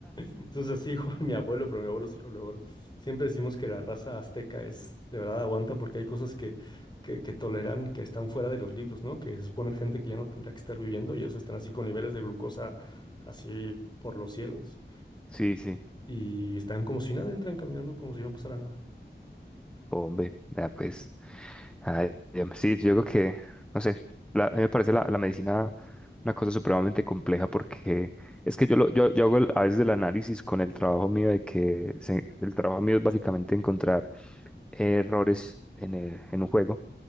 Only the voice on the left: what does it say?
Entonces así <laughs> igual mi abuelo, pero mi abuelo sí lo logró. Siempre decimos que la raza azteca es de verdad aguanta porque hay cosas que, que, que toleran que están fuera de los libros, ¿no? Que se supone gente que ya no tendría que estar viviendo y ellos están así con niveles de glucosa así por los cielos
y están como si nada, entran caminando como si no pasara nada.